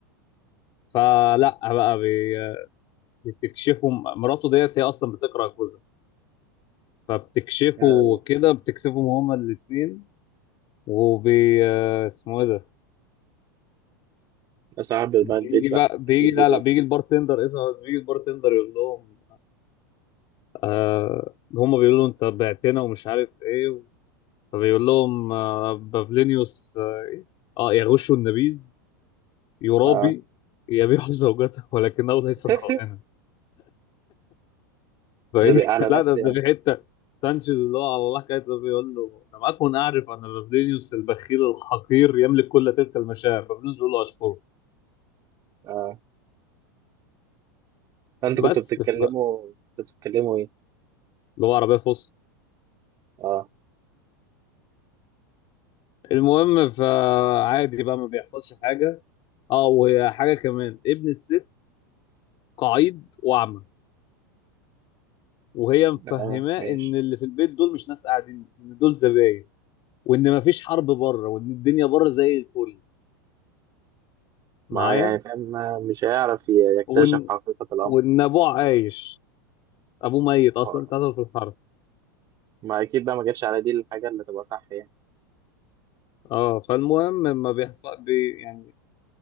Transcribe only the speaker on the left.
فلا بقى بي- بتكشفوا م- مراته ديت هي اصلا بتكره جوزها فبتكشفه
كده بتكسفهم هما الاثنين وبي آه، اسمه ايه ده
بيجي
بقى بيجي
لا
لا بيجي البارتندر اسمه بس بيجي البارتندر يقول لهم آه هما بيقولوا له انت بعتنا ومش عارف ايه فبيقول لهم آه بابلينيوس اه, إيه؟ آه يغش النبيذ يرابي
يبيع زوجته ولكنه ليس
خائنا فايه
<laughs>
لا ده ده
في حته سانشيز اللي هو على الله كاتب بيقول له لم اكن اعرف ان فابرينيوس البخيل الحقير يملك كل تلك المشاعر فابرينيوس بيقول له اشكره
بس
ف-
اللي هو عربيه فصحى
المهم فعادي بقى ما بيحصلش حاجه اه وهي حاجه كمان ابن الست قعيد واعمى وهي مفهماه
ان اللي في البيت دول مش ناس قاعدين ان دول زباين وان مفيش حرب بره وان الدنيا بره زي الفل معايا
وان
وان ابوه عايش ابوه ميت اصلا
اتقتل في الحرب
اه فالمهم ما بيحصل بي يعني